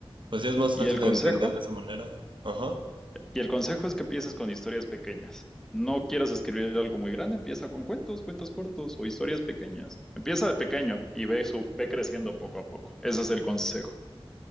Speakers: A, on the right; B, in the centre.
A: Pues ya es más
B: ¿Y
A: fácil
B: el
A: de
B: consejo?
A: entender de esa manera. Ajá,
B: Y el consejo es que empieces con historias pequeñas. No quieras escribir algo muy grande, empieza con cuentos, cuentos cortos o historias pequeñas. Empieza de pequeño y ve su, ve creciendo poco a poco. Ese es el consejo.